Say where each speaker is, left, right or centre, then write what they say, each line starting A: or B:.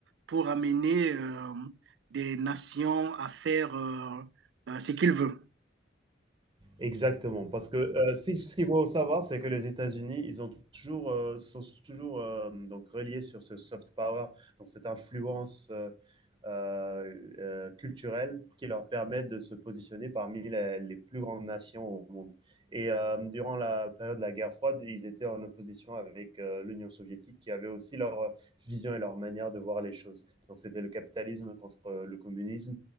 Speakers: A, on the right; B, on the right.
A: pour amener euh, des nations à faire euh, euh, ce qu'il veut.
B: Exactement, parce que euh, si- ce qu'il faut savoir, c'est que les États-Unis, ils ont toujours, euh, sont toujours euh, donc reliés sur ce soft power, donc cette influence euh, euh, euh, culturelle qui leur permet de se positionner parmi les, les plus grandes nations au monde. Et euh, durant la période de la guerre froide, ils étaient en opposition avec euh, l'Union soviétique, qui avait aussi leur vision et leur manière de voir les choses. Donc c'était le capitalisme contre euh, le communisme.